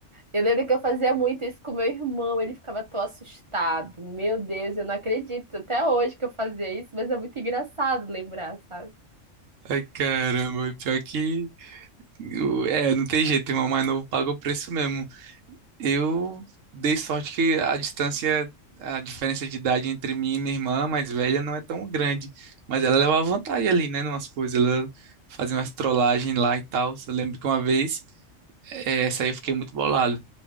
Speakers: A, on the right; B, on the right.
A: Eu lembro que eu fazia muito isso com meu irmão, ele ficava tão assustado. Meu Deus, eu não acredito até hoje que eu fazia isso, mas é muito engraçado lembrar, sabe?
B: ai, caramba, pior que. o- É, não tem jeito, o irmão mais novo paga o preço mesmo, Eu dei sorte que a distância, a diferença de idade entre mim e minha irmã mais velha não é tão grande, mas ela levava vantagem ali, né, numas coisas, ela fazia umas trollagens lá e tal. Eu lembro que uma vez, eh, essa aí eu fiquei muito bolado.